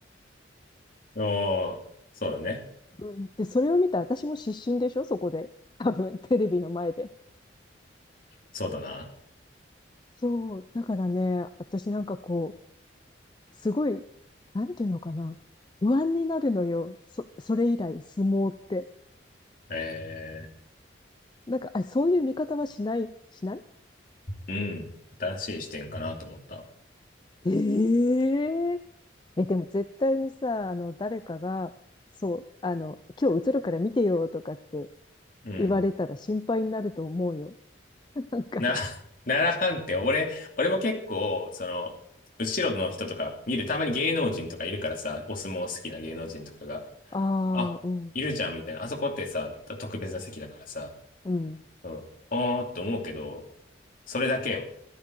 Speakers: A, on the left; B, on the left.
A: おー、そうだね。
B: うん。で、それを見た私も失神でしょそこで。多分、テレビの前で。
A: そうだな。
B: そう。だからね、私なんかこう、すごい、なんていうのかな。不安になるのよ。そ、それ以来、相撲って。
A: え
B: なんか、あ、そういう見方はしない、しない
A: ー、うん。新しい視点かなと思った。
B: えええ、でも絶対にさ、あの、誰かが、そう、あの、今日映るから見てよとかって
A: うん。
B: 言われたら心配になると思うよ。<laughs> なんか、
A: な、<laughs> 奈良藩って俺、俺も結構、その、後ろの人とか見る、たまに芸能人とかいるからさ、お相撲好きな芸能人とかが。
B: ああ、
A: あ、
B: うん、
A: いるじゃんみたいな。あそこってさ、特別な席だからさ、
B: うん。
A: うん、おーって思うけど、それだけよ。